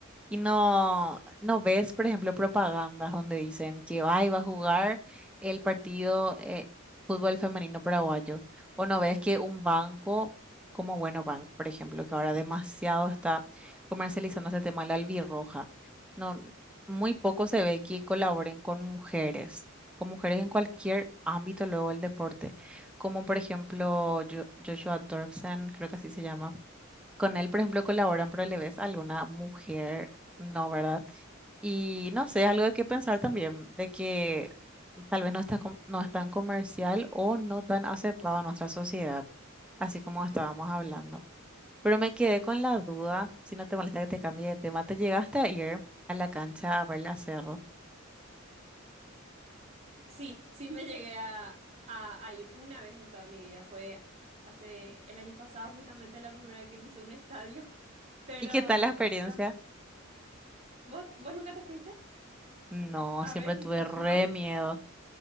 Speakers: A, in the centre; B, on the right.
A: Y no, no ves, por ejemplo, propagandas donde dicen que ay, va a jugar el partido eh, fútbol femenino paraguayo. O no ves que un banco como Bueno Bank, por ejemplo, que ahora demasiado está comercializando este tema, la albirroja. No, muy poco se ve que colaboren con mujeres, con mujeres en cualquier ámbito luego del deporte. Como por ejemplo Jo- Joshua Dorksen, creo que así se llama con él, por ejemplo, colaboran, pero le ves a alguna mujer, no, ¿verdad? Y no sé, algo de qué pensar también, de que tal vez no está, com- no es tan comercial o no tan aceptado en nuestra sociedad, así como estábamos hablando. Pero me quedé con la duda, si no te molesta que te cambie de tema, ¿te llegaste a ir a la cancha a ver la Cerro?
B: Sí, sí me llegué a, a, a ir una vez en toda mi vida. Fue hace el año pasado, justamente la primera vez que pisé un estadio. <laughs> Pero,
A: ¿Y qué tal la experiencia?
B: pero ¿vos, vos nunca te fuiste?
A: No,
B: A
A: siempre
B: ver,
A: tuve
B: un, par-
A: re
B: ¿no?
A: miedo.